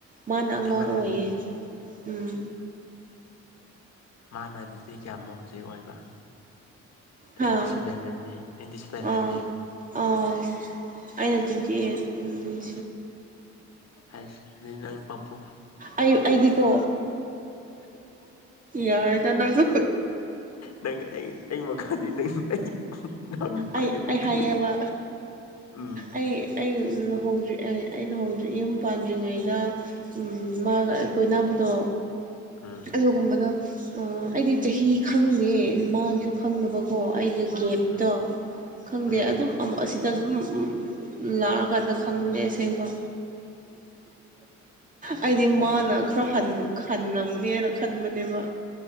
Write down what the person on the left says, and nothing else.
ꯅꯪꯅ
ꯍꯜꯂꯦ
ꯃꯥꯅꯅꯤꯖꯤ ꯀꯌꯥꯃꯨꯛ ꯍꯧꯖꯤꯛ ꯑꯣꯏꯕ ꯇ꯭ꯋꯦꯟꯇꯤ
ꯁꯦꯚꯦꯟ ꯔꯟ ꯇ꯭ꯋꯦꯟꯇꯤ ꯁꯚꯦꯟ
ꯔꯅꯤ
ꯍꯥꯏꯁ ꯑꯗꯨ ꯅꯪ ꯄꯄꯨ
ꯅꯪ ꯑꯩ ꯑꯩ ꯃꯈꯥꯅꯤ ꯅꯪ ꯑꯩ ꯏꯅꯥꯎ ꯅꯨꯄꯥꯅꯤ
ꯄꯝꯐꯨ
ꯎꯝ
ꯎꯝ
ꯎꯝ
ꯎꯝ